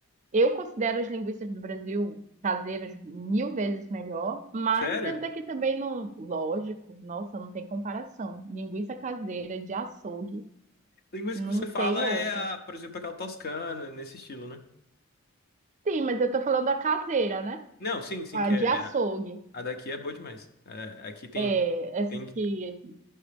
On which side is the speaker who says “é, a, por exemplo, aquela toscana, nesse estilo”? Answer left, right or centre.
Left